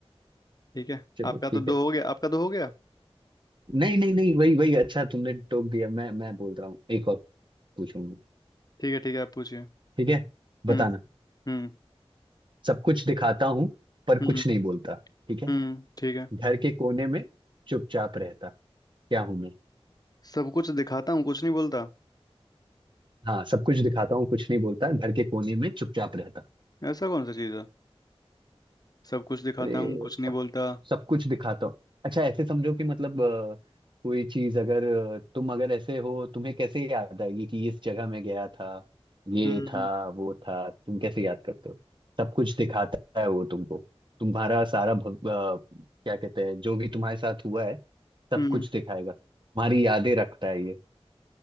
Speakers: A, on the left (about 40°); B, on the right (about 50°).
A: ठीक है
B: चलो
A: आपका
B: ठीक
A: तो दो
B: है
A: हो गया आपका दो हो गया
B: नहीं नहीं नहीं वही वही अच्छा तुमने टोक दिया मैं मैं बोल रहा हूँ एक और पूछूंगी
A: ठीक है ठीक है आप पूछिए
B: ठीक है
A: हम्म
B: बताना
A: हम्म
B: सब कुछ दिखाता हूँ पर
A: हम्म
B: कुछ नहीं बोलता ठीक है
A: हम्म ठीक है
B: घर के कोने में चुपचाप रहता क्या हूं मैं
A: सब कुछ दिखाता हूँ कुछ नहीं बोलता
B: हाँ सब कुछ दिखाता हूँ कुछ नहीं बोलता घर के कोने में चुपचाप रहता
A: ऐसा कौन सा चीज़ है सब कुछ दिखाता
B: अरे
A: हूँ कुछ
B: सब
A: नहीं बोलता
B: सब कुछ दिखाता हूँ अच्छा ऐसे समझो कि मतलब अ, कोई चीज अगर अ, तुम अगर ऐसे हो तुम्हें कैसे याद आएगी कि इस जगह में गया था ये
A: हम्म
B: था वो था तुम कैसे याद करते हो सब कुछ दिखाता है वो तुमको तुम्हारा सारा भव- अ, क्या कहते हैं जो भी तुम्हारे साथ हुआ है सब
A: हम्म
B: कुछ दिखाएगा तुम्हारी यादें रखता है ये